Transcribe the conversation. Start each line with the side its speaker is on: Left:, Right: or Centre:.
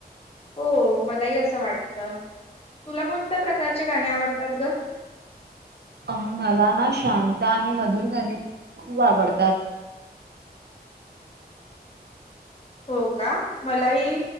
Left: हो मलाही असं वाटत तुला कोणत्या प्रकारचे गाणे आवडतात ग?
Right: अ मला ना शांता आणि मधुर गणे खुप आवडतात
Left: हो, का? मलाही